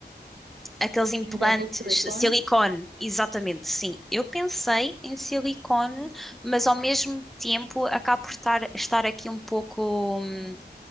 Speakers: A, in the centre; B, on the right.
A: Aqueles implantes
B: Então é posto silicone,
A: silicone, exatamente, sim. Eu pensei em silicone, mas ao mesmo tempo acabo por estar, estar aqui um pouco. hum,